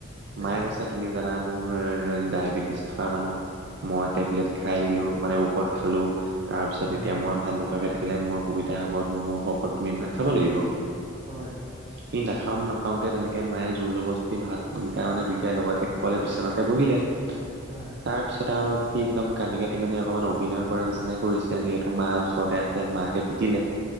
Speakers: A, on the right (about 55°); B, on the right (about 30°).
A: মায়ে
B: হয়
A: কৈছে তুমি জানা মোৰ ডায়েবেটিছ থকা মানুহ। মই টেবলেট খাই দিলো মানে ঔষধ খালো তাৰ পিছত
B: হয়
A: এতিয়া
B: হয়
A: মই ভাত নোখোৱাকে থাক, থাকিলে মোৰ অসুবিধা হ'ব মোৰ শপত তুমি ভাত খাব লাগিব।
B: হয়।
A: সি নাখাও নাখাও কে তেনেকে মায়ে জোৰ জবস্তি ভাতকিটা মানে দুইটাই লগতে ক'লে বিচনাতে বহিলে। তাৰ
B: হয়
A: তাৰপিছত আৰু সি একদম কান্দি কাটি মানে অকমান অভিনয় কৰাৰ নিচিনা কৰিছে যিহেতু মা ওচৰতে আছে। মাকে পিটিলে।